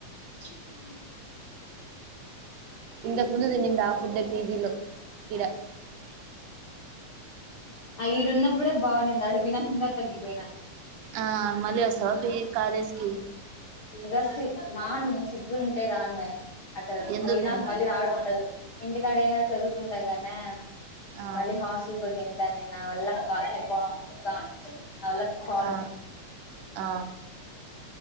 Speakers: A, on the left; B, on the right.
A: ఉనా
B: ఇంతకుముందు తినింది ఆ ఫుడ్డే పీజీలో ఇడ
A: ఆ ఈడు ఉన్నప్పుడే బాగునింది అడిగికి పోయినాంక ఇంకా తగ్గిపోయినా
B: ఆ మళ్లీ వస్తావా పీజీ కాలేజ్ కి
A: ఇంకా సి మానం సిగ్గుంటే రాను మే అట్
B: ఎందుకు
A: పోయి నాకు
B: మే
A: మళ్ళీ రావడం ఉండదు ఇంటికాడయినా చదువుకుంటా గనే
B: ఆ
A: మళ్ళీ హాస్టల్ కొచ్చేంత నేను నావల్ల కా ఒక ఒక నావల్ల కాదు
B: ఆ
A: <inaudible>
B: ఆ